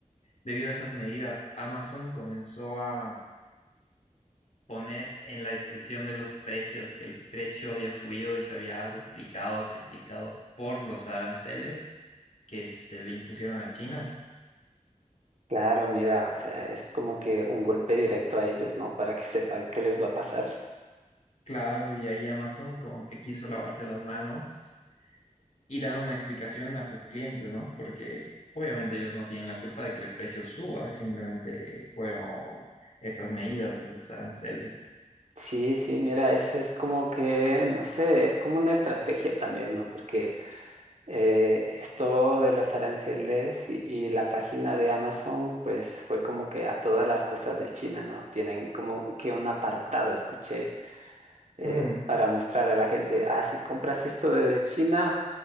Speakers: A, on the left (about 60°); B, on the right (about 60°).
A: debido a esas medidas, Amazon comenzó a poner en la descripción de los precios que el precio había subido y se había duplicado o triplicado por los aranceles que se le impusieron a China.
B: Claro, mira, o sea, es como que un golpe directo a ellos, ¿no? Para que sepan qué les va a pasar.
A: Claro, y ahí Amazon como que quiso lavarse las manos y dando una explicación a sus clientes, ¿no? Porque obviamente ellos no tienen la culpa de que el precio suba, simplemente fueron estas medidas de los aranceles.
B: Sí, sí, mira, eso es como que, no sé, es como una estrategia también, ¿no? Porque eh, esto de los aranceles y, y la página de Amazon, pues fue como que a todas las cosas de China, ¿no? Tienen como que un apartado, escuché eh,
A: Mm,
B: para mostrar a la gente, ah, si compras esto de China,